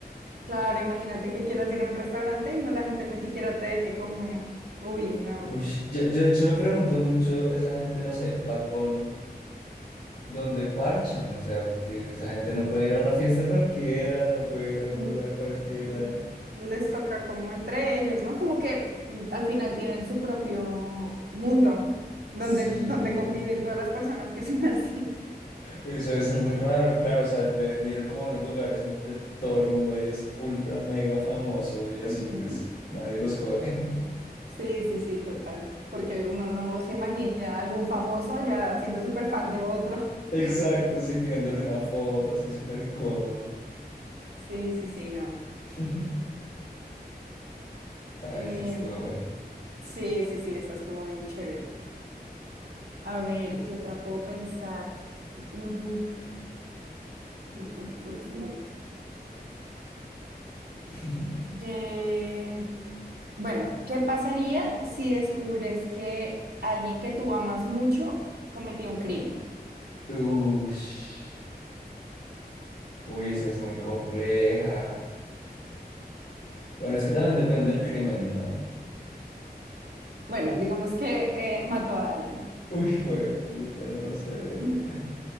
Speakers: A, on the right; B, on the left.
A: Claro, imagínate que quieras ir a un restaurante y no la gente ni siquiera te deje comer. Uy, no.
B: Uy, yo, yo de hecho me pregunto mucho, esa gente, no sé, Bad Bunny, ¿dónde parchan? O sea, porque esa gente no puede ir a una fiesta cualquiera, no puede ir a
A: Mm,
B: un lugar cualquiera.
A: mm, Les toca como entre ellos, ¿no? Como que mm, al final tienen su propio mundo donde,
B: Sí.
A: donde conviven todas las personas que son <laughs> así.
B: Oye, eso debe ser muy raro, claro, o sea, de venir como a unos lugares en donde todo el mundo ahí es ultra mega famoso y
A: Ujú.
B: así, pues nadie los jode.
A: Sí, sí, sí, total. Porque uno no se imagina a algún famoso allá siendo súper fan de otro. <laughs>
B: <laughs> Exacto, sí, pidiéndole una foto, así súper incómodo.
A: Sí, sí, sí, no.
B: <laughs> Ah,
A: Eh,
B: eso estuvo bueno.
A: sí, sí, sí, esa estuvo bien chévere. A ver, ¿qué otra puedo pensar? Mm, mm, mm, mm, mm.
B: <laughs>
A: Que- Bueno, ¿qué pasaría si descubres que alguien que tú amas mucho cometió un crimen?
B: Ush. Uy, esa es muy compleja. Bueno, es que también depende del crimen, ¿no?
A: Bueno, digamos que eh, mató a alguien.
B: Uy, güey, puta, no sé.
A: <laughs>